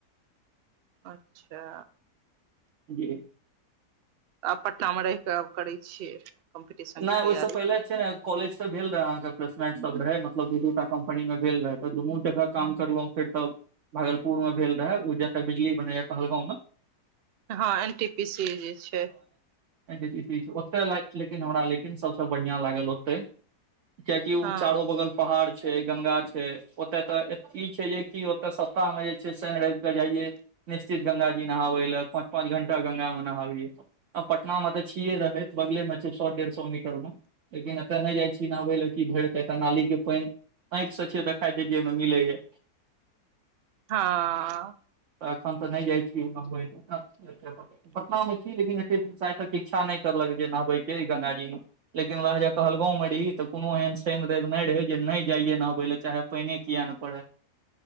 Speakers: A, on the right; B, on the right.
A: अच्छा
B: जी
A: आब पटनामे रहि कऽ करैत छियै कम्पीटिशन के
B: नहि
A: तैयारी
B: ओहि सँ पहिले कॉलेज सब भेल रहे अहाँके प्लेसं सब रहे मतलब दू दूटा कम्पनी मे भेल रहे दुनू जगह काम करलों फेर त भागलपुर मे भेल रहै ओ जतऽ बिजली बनैया कहहलगाँवं
A: हँ एन टी पी सी जे छै
B: ओतहि ल लेकिन हमरा लेकिन सभसँ बढ़िआँ लागल ओतहि कियेकी ओ
A: हँ
B: चारू बगल पहाड़ छै गंगा छै ओतय तऽ ई छै जे कि ओतय सस्ता मे जे छै शनि रव केऽ जाइये निश्चित गंगााजी नहाबै लै पाँच पांच घंटा गंगा मे नहाबे आ पटना मे तऽ छीये रहे बगले मे सए डेढ़ सए निकल मे लेकिन एतय नहि जाइ छी नहाबै लए कि भरि त एऽ नाली के पानि आँखिसँ छैिय देखाइ दे जेमे मिलैए
A: हँ
B: तऽ एखन तऽ नहि जाइ छी उ हो पटना मे छी लेकिन एत्यसाय तक इच्छा नहि करलक जे नहबेके गंगाजी मे लेकिन उएह जे कहलगाँवमे रही तऽ कोनो एहन शनि रवि नहि रहै जे नहि जाइयै नहबय लए चाहे पाइने किया नहि परै